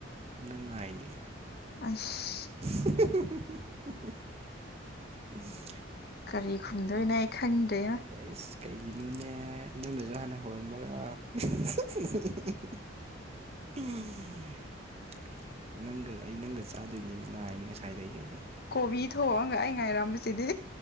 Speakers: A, on the right; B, on the left.
A: ꯅꯪ ꯉꯥꯏꯅꯦ
B: ꯑꯁ
A: <unintelligible> ꯎꯝ <unintelligible>
B: ꯀꯔꯤ ꯈꯨꯝꯗꯣꯏꯅꯣ ꯑꯩ ꯈꯪꯗ꯭ꯔꯦꯗ
A: ꯑꯦꯁ ꯀꯩꯒꯤꯅꯣꯅꯦ ꯅꯪꯅꯁꯨ ꯍꯥꯟꯅ ꯍꯧꯔꯝꯃꯒ <unintelligible> ꯅꯪꯒ ꯑꯩ ꯅꯪꯒ ꯆꯥꯗꯣꯏꯅꯤꯅ ꯉꯥꯏꯅꯤ ꯉꯁꯥꯏꯗꯒꯤ ꯑꯩꯗꯣ
B: ꯀꯣꯕꯤ ꯊꯣꯛꯑꯒ ꯑꯩ ꯉꯥꯏꯔꯝꯕ ꯁꯤꯗꯤ